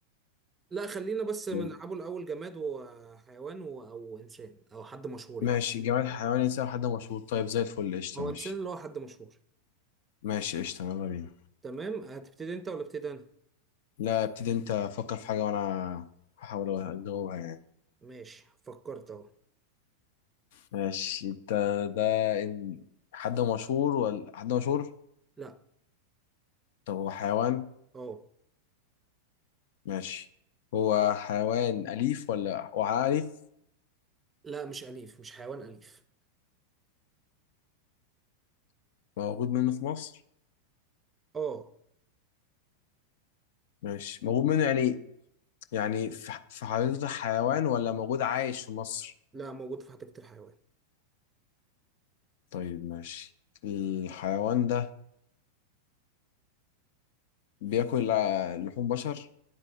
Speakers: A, on the right; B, on the left.
A: لا خلينا بس نلعبوا
B: مم.
A: الاول جماد وحيوان و- او انسان او حد مشهور
B: ماشي
A: يعني
B: جماد حيوان انسان حد مشهور طيب زي الفل قشطه
A: هو
B: ماشي
A: انسان اللي هو حد مشهور
B: ماشي قشطه يلا بينا
A: تمام هتبتدي انت ولا ابتدي انا
B: لا ابتدي انت فكر في حاجه وانا هحاول اجاوبها يعني
A: ماشي فكرت اهو
B: ماشي انت ده إن- حد مشهور ولا حد مشهور
A: لا
B: طب هو حيوان
A: اه
B: ماشي هو حيوان أليف ولا هو أليف
A: لا مش أليف مش حيوان أليف
B: موجود منه في مصر
A: اه
B: ماشي موجود منه يعني يعني في ح- في حديقة الحيوان ولا موجود عايش في مصر
A: لا موجود في حديقة الحيوان
B: طيب ماشي الحيوان ده بياكل آه، لحوم بشر